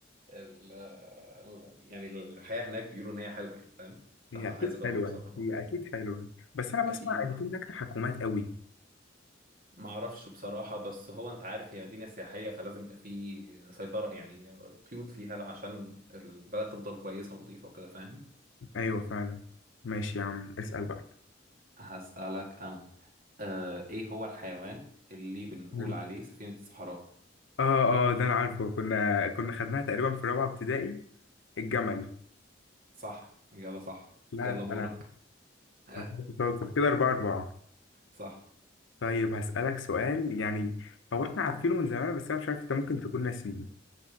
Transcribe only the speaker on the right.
ال ال- يعني الحياة هناك بيقولوا إن هي حلوة يعني فاهم
فعايز
أجرب
بصراحة الموضوع
أكيد
أه
معرفش بصراحة بس هو أنت عارف هي مدينة سياحية فلازم يبقى في سيطرة يعني قيود فيها عشان البلد تفضل كويسة ونظيفة وكده فاهم
هسألك أنا آه إيه هو الحيوان اللي بنقول
عليه سفينة الصحراء
صح إجابة صح
يلا
دورك
<laughs>
صح